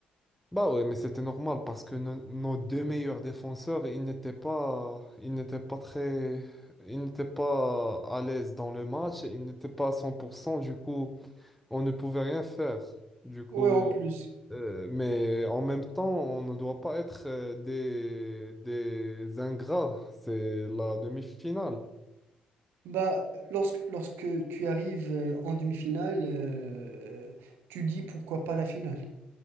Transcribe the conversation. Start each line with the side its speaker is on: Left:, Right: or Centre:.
Centre: Bah ouais, mais c'était normal parce que no- nos deux meilleurs défenseurs, ils n'étaient pas, ils n'étaient pas très, ils n'étaient pas à l'aise dans le match. Ils n'étaient pas à cent pour cent Du coup, on ne pouvait rien faire. Du coup,
Right: ouais, en plus.
Centre: euh, mais en même temps, on ne doit pas être euh, des, des ingrats. C'est la demi-finale.
Right: Bah, lorsque, lorsque tu arrives euh, en demi-finale, euh, tu dis pourquoi pas la finale.